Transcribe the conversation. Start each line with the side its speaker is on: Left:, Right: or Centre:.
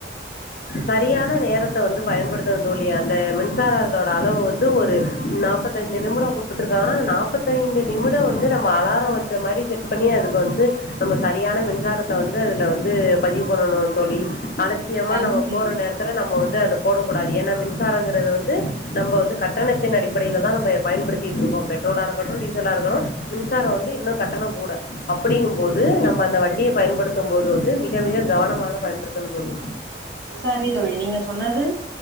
Left: சரியான நேரத்த வந்து பயன்படுத்தனு தோழி அந்த மின்சாரத்தோட அளவு வந்து ஒரு நாப்பத் பத்தஞ்சு நிமிடம் கொடுத்துருக்காங்கன்னா நாற்பத்ததைந்து நிமிடம் வந்து நம்ம அலாரம் வச்ச மாதிரி செட் பண்ணி அதுக்கு வந்து நம்ம சரியான மின்சாரத்த வந்து அதுல வந்து பதிவு பண்ணணும் தோழி அலட்சியமா
Right: தண்ணி
Left: நம்ம பெத்தள நம்ம வந்து அத போடக்கூடாது ஏன்னா மின்சாரங்கிறது வந்து நம்ம வந்து கட்டணத்தின் அடிப்படையில தான் நம்ம எப் பயன்படுத்திட்டு இருக்கோம் பெட்ரோலா இருக்கட்டும் டீசலா இருக்கட்டு மின்சாரம் வந்து இன்னும் கட்டணம் கூட அப்டிங்கும் போது நம்ம அந்த வண்டிய பயன்படுத்தும் போது வந்து மிக மிக கவனமாக பயன்படுத்தணும் தோழி
Right: சரி தோழி நீங்க சொன்னது